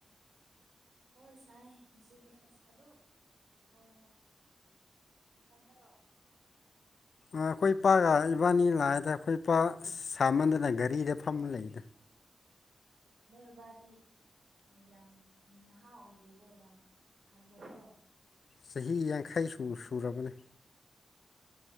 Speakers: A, on the right (about 55°); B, on the left (about 60°).
A: ꯍꯣꯏ ꯁꯥꯏꯌꯦ ꯑꯁꯤꯗꯤ ꯑꯗꯣ ꯑꯣ ꯏꯊꯟꯇ꯭ꯔꯣ
B: ꯑꯩꯈꯣꯏ ꯏꯄꯥꯒ ꯏꯕꯥꯅꯤ ꯂꯥꯛꯑꯦꯗ ꯑꯩꯈꯣꯏ ꯏꯄꯥ ꯁꯥꯃꯟꯗꯅ ꯒꯥꯔꯤꯗ ꯐꯝꯃꯒ ꯂꯩ
A: ꯅꯣꯏ ꯕꯥꯕꯥꯗꯤ ꯌꯥꯝ ꯅꯍꯥ ꯑꯣꯏꯔꯤꯕꯣ ꯌꯥꯝ ꯈꯡꯗꯕ꯭ꯔꯣ
B: ꯆꯍꯤ ꯌꯥꯡꯈꯩ ꯁꯨ ꯁꯨꯔꯕꯅꯦ